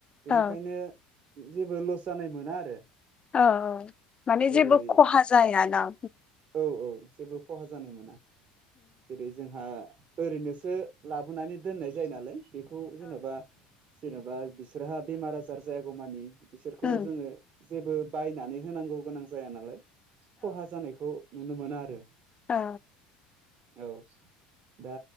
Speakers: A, on the left (about 25°); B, on the right (about 45°).
A: औ
B: बेनिखायनो जेबो लस जानाय मोना आरो।
A: औ - औ माने
B: जेरै
A: जेबो खहा जायाना।
B: औ औ जेबो खहा जानाय मोना जेरै जोंहा ओरैनोसो लाबोनानै दोननाय जायो नालाय बेखौ जेन'बा जेन'बा बिसोरहा बेमार आजार जायागौ मानि बिसोरखौ
A: उम
B: जोङो जेबो बायनानै होनांगौ गोनां जाया नालाय खहा जानायखौ नुनो मोना आरो।
A: औ
B: औ दा